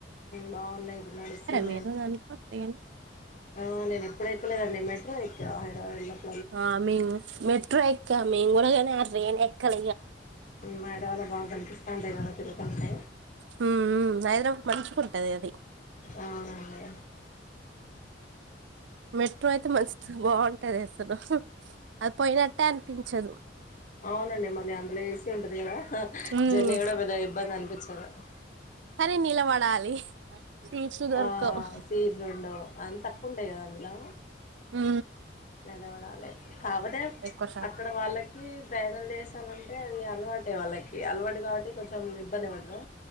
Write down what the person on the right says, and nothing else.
మీరు దాంట్లో ట్రైన్
ఆ మంగ మెట్రో ఏక మేం రేన్ ఎక్కల
హ అ మంచుకుంటది అది
మెట్రో అయితే మంచిది బాగుంటది అసలు అది పోయినట్టే అనిపించదు
ఉమ్
సరే నిలబడాలి సీట్స్ దొరకవు
ఉ
ఎక్కువ శాతం